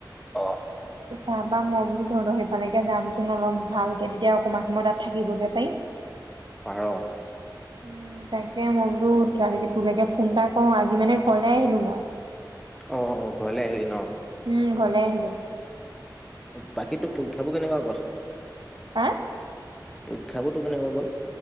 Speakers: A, in the centre; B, on the right.
A: অ
B: পঠা বা মই বোলো ধৰ লক সেইফালেকে যামচোন অলপ ভালকে তেতিয়া অকমান সময় তাত থাকিবগে পাৰিম
A: পাৰ
B: উম তাকে মই বোলো তোলৈকে ফোন এটা কৰো আজি মানে ঘৰলে আহিলো মই
A: অ অ ঘৰলে আহিলি ন
B: উম ঘৰলে আহিলো
A: আচছা বাকীতো পৰীক্ষাবোৰ কেনেকুৱা গল
B: হা
A: পৰীক্ষাবোৰ তোৰ কেনেকুৱা গ'ল